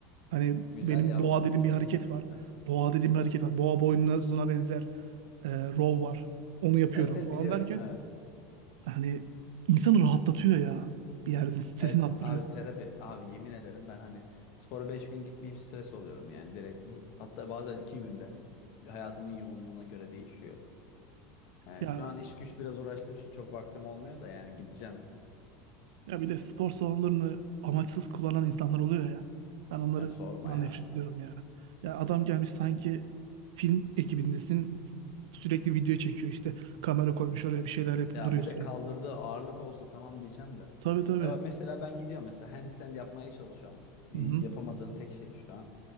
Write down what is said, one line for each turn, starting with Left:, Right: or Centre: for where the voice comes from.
Right: Hani
Left: Güzel
Right: benim
Left: ya
Right: boğa
Left: onlar.
Right: dediğim
Left: Çok
Right: bir hareket
Left: güzel hareketler.
Right: var. Boğa dediğim bir hareket var. Boğa boynuzuna benzer e, rol var. Onu yapıyorum
Left: Evet, evet
Right: falan
Left: biliyorum.
Right: derken
Left: Evet.
Right: hani insanı rahatlatıyor ya. Bir yerden stresini
Left: Evet
Right: attırıyor.
Left: abi terapi abi yemin ederim ben hani spora 5 gün gitmeyeyim stres oluyorum yani direkt bu. Hatta bazen 2 günde hayatımın yoğunluğuna göre değişiyor. Yani
Right: Ya,
Left: şu an iş güç biraz uğraştığım için çok vaktim olmuyor da yani gideceğim.
Right: ya bir de spor salonlarını amaçsız kullanan insanlar oluyor ya. Ben onlardan
Left: Ya sorma ya.
Right: nefret ediyorum ya. Ya adam gelmiş sanki film ekibindesin. Sürekli video çekiyor işte. Kamera koymuş oraya bir şeyler yapıp
Left: Ya
Right: duruyor
Left: bir
Right: sürekli.
Left: de kaldırdığı ağırlık olsa tamam diyeceğim de.
Right: Tabii tabii.
Left: Ya bak mesela ben gidiyorum mesela handstand yapmaya çalışıyorum. Y-
Right: Hı hı,
Left: Yapamadığım tek şey şu an.